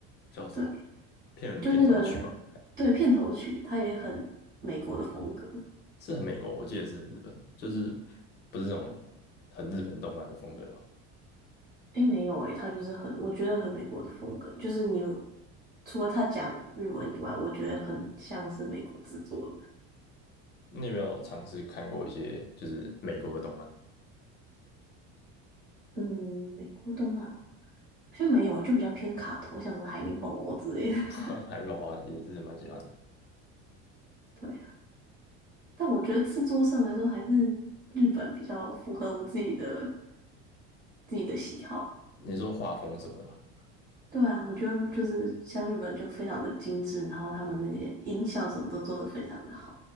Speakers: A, on the left; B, on the right.
A: 叫什么啊？
B: 对，
A: 片片头曲吗？
B: 就那个对片头曲，
A: 还
B: 它也很美国的风格。
A: 是很美国，我记得是很日本，就是不是这种很日本动漫的风格的嘛。
B: 诶，没有诶，他就是很，我觉得很美国的风格，就是你除了他讲日文以外，我觉得很像是美国制作的。
A: 嗯，你有没有尝试看过一些就是美国的动漫？
B: 嗯，美国动漫哦好像没有，就比较偏卡通，像什么海绵宝宝之类的。
A: <laughs> 海绵宝宝也是蛮喜欢的。
B: <laughs> 对啊，但我觉得制作上来说，还是日本比较符合我自己的自己的喜好。
A: 你说画风什么的吧？
B: 对啊，我觉得就是像日本就非常的精致，然后他们那个音效什么都做得非常的好。